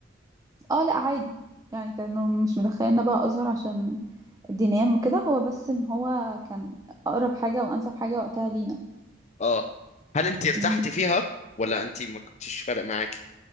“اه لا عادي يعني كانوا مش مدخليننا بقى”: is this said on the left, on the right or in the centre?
Right